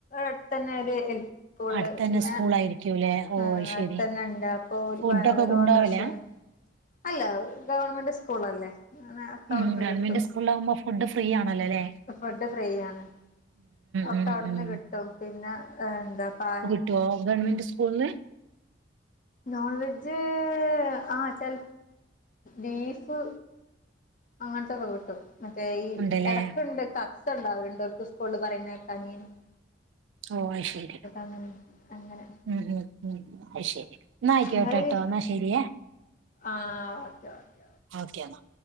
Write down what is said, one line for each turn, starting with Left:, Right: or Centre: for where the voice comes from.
Left: അടുത്തന്നെ ഒരു എൽ പി സ്കൂളില്
Right: അടുത്തുതന്നെ
Left: പിന്നെ
Right: സ്കൂൾ ആയിരിക് ക്കുല്ലേ ഓ
Left: ആഹ്
Right: ശരി
Left: അടുത്തന്നെ ഉണ്ട് അപ്പൊ
Right: ഫുഡൊക്കെ
Left: ഒരു
Right: കൊണ്ടോവലാ?
Left: ഓട്ടോറിക്ഷയാണ് അല്ല, ഗവൺമെന്റ് സ്കൂളല്ലേ. അങ്ങനെ ഒക്കെ
Right: ഉം
Left: അവിടുന്ന്
Right: ഗവൺമെന്റ്
Left: കിട്ടും
Right: സ്കൂളിലാകുമ്പോ ഫുഡ് ഫ്രീ ആണല്ലോ അല്ലേ?
Left: ഫുഡ് ഫ്രീ ആണ്. അപ്പ
Right: ഉം
Left: അവിടുന്ന്
Right: ഉം
Left: കിട്ടും. പിന്നെ എന്താ പ
Right: ഗവർമെന്റിന്റെ സ്കൂളി?
Left: നോൺ വെജ്, ആ ചെൽ, ബീഫ്. അങ്ങനത്തെയൊക്കെ കിട്ടും ഓക്കേ ഈ
Right: ഉണ്ടല്ലേ
Left: എടക്കുണ്ട് <unintelligible> ഉണ്ടാവും ഇവർക്ക് സ്കൂളിൽ പറയുന്ന കേക്കാം <unintelligible>
Right: ഓ അയ്ശരി
Left: അങ്ങനെ അങ്ങനെ
Right: ഉം ഉം അയ്ശരി എന്നായ്ക്കോട്ടെ
Left: നിങ്ങള്
Right: കെട്ടോ എന്നാ ശരിയേ.
Left: ആ ഓക്കെ ഓക്കെ
Right: ഓക്കെ എന്നാ.